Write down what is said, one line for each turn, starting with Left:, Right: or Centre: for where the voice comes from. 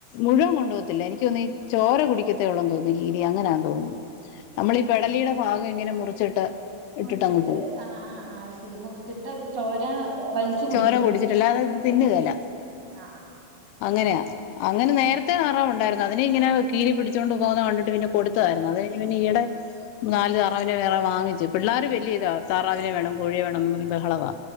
Left: മുഴുവൻ കൊണ്ടുപോകത്തില്ല എനിക്ക് തോന്നുന്ന ചോര കുടിക്കത്തേ ഒള്ളുന്ന് തോന്നുന്നു കീരി അങ്ങനെയാന്ന് തോന്നുന്നു നമ്മളീ
Right: അത്
Left: പെടലിടെ
Right: ശരി.
Left: ഭാഗം ഇങ്ങനെ മുറിച്ചിട്ട് ഇട്ടിട്ട്
Right: മുറിച്ചിട്ട്
Left: അങ്ങ് പോകും
Right: ആഹ് ആഹ് ആ ശരി മുറിച്ചിട്ട് അവര് ചോര വലിച്ചു കുടിക്കുന്നുണ്ടോ
Left: ചോര കുടിച്ചിടല്ലാതെ അത് തിന്നുകേല
Right: ആഹ്
Left: അങ്ങനെയ അങ്ങനെ നേരത്തെ താറാവ് ഉണ്ടായിരുന്നു അതിനെ ഇങ്ങനെ കീരി പിടിച്ചോണ്ട് പോവുന്ന കണ്ടിട്ട് പിന്നെ കൊടുത്തതായിരുന്നു അത് കഴിഞ്ഞ് പിന്നെ ഈയിടെ നാല് താറാവിനെ വേറെ വാങ്ങിച്ച് പിള്ളാര് വലിയ ഇതാ താറാവിനെ വേണം കോഴിയെ വേണംന്ന് പറഞ്ഞ് ബഹളവാ.